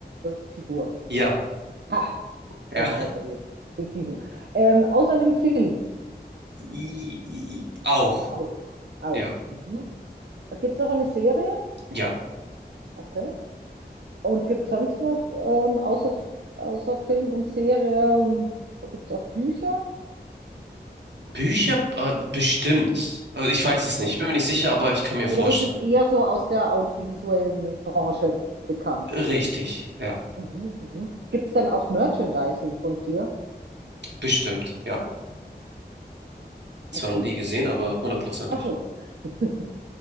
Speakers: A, on the right; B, on the right.
A: äh, Figur?
B: ja,
A: Ha, jetzt
B: ja.
A: haben wir heute die fiktiven. Ähm, aus einem Film.
B: <laughs> I, i, auch.
A: Auch. Auch.
B: Ja,
A: Mhm. Gibt es auch eine Serie?
B: ja.
A: Okay. Und gibt es sonst noch, ähm, außer, außer Film und Serie, gibt es auch Bücher?
B: Bücher? Äh, bestimmt. Also ich weiß es
A: Okay.
B: nicht. Ich bin mir nicht sicher, aber ich kann mir
A: Aber
B: vorstellen.
A: du bist jetzt eher so aus der audiovisuellen Branche bekannt.
B: Richtig, ja.
A: Mhm, mhm. Gibt es denn auch Merchandising von dir?
B: Bestimmt, ja. Zwar
A: Okay.
B: noch nie gesehen, aber hundertprozentig.
A: Ach so. <laughs>